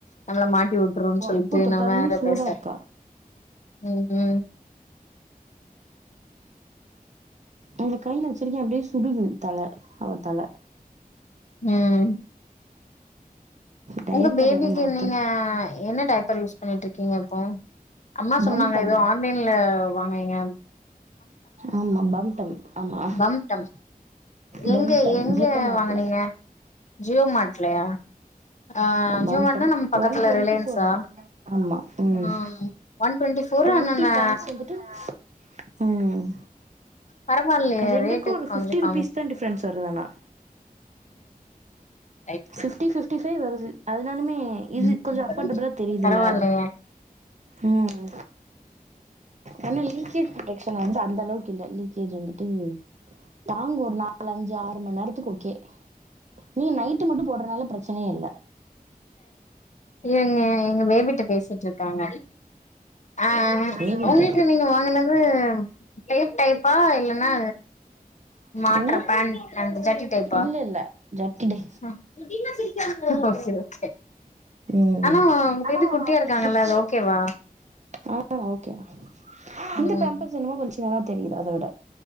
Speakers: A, on the left (about 50°); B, on the right (about 50°).
A: நம்மள மாட்டி உட் ருவு
B: ஓ
A: சொல்ட்டு
B: எப்போ தொட்டாலுமே
A: நா வேற
B: சூடா
A: பேசற
B: இருக்கா
A: ம் ம்
B: அவ்ன கைல வச்சிருக்கே அப்டியே சுடுது தல அவ தல
A: ம்
B: டயப்பர்
A: உங்க பேபிக்கு
B: வேற மாத்தணு
A: நீங்க என்ன டைப்பர் யூஸ் பண்ணிட்டு இருக்கீங்க இப்போ அம்மா
B: பம்டம்
A: சொன்னாங்க ஏதோ ஆன்லைன்ல வாங்குனிங்க
B: ஆமா பம்டம் ஆமா
A: பம்டம்
B: பம்டம்
A: எங்க எங்க
B: ஜியோ மார்ட்ல
A: வாங்கனீங்க ஜியோ மாட்லையா ஆ
B: பம்டம்
A: ஜியோ மாட்னா நம் பக்கத்துல
B: ஒன் டுவெண்ட்டி
A: ரிலைன்ஸா
B: ஃபோர் தான் ஆமா ம்
A: அ ஒன் டொன்டி ஃபோரு
B: டுவெண்ட்டி
A: ஆனா நா
B: பேண்ட்ஸ் வந்துட்டு ம்
A: பரவாயில்லையே
B: ரெண்டுக்கு
A: ரேட்டு
B: ஒரு
A: கொஞ்சோ
B: ஃபிஃப்டி
A: கம்
B: ரூபிஸ்தா டிப்ரெனஸ் வருது ஆனா
A: ம்
B: ஃபிப்டி ஃபிப்டி ஃபை வருது அதுனாலுமே இது
A: ம்
B: கொஞ்சோ அஃபர்டபுளா தெரியுதில்ல
A: பரவாயில்லையே
B: ம் ஆனா லீக்கேஜ் ப்ரொடெக்ஸன் வந்து அந்தளவுக்கு இல்ல லீக்கேஜ் வந்துட்டு தாங்கு ஒரு நால் அஞ்சு ஆறு மண் நேரத்துக்கு ஓகே நீ நைட் மட்டு போட்றனால ப்ரெச்சனியே இல்ல
A: எங்க எங்க பேபிட்ட பேசிட்ருக்காங்க ஆ
B: ஏவிட்ட
A: உங்ளுக்கு நீங்க வாங்குனது டேப் டைப்பா இல்லன்னா மாட்ர
B: என்ன
A: பேண் அந்த ஜட்டி டைப்பா
B: இல்ல இல்ல ஜட்டுடே
A: <unintelligible>
B: ம்
A: ஆனா
B: ஆனா
A: பேபி குட்டியா இருக்காங்கல்ல
B: <unintelligible>
A: அது ஓகேவா
B: ஆ ஓகேதா இந்த
A: ம்
B: பேம்பர்ஸ் என்னமோ கொஞ் சின்னாதா தெரிது அத விட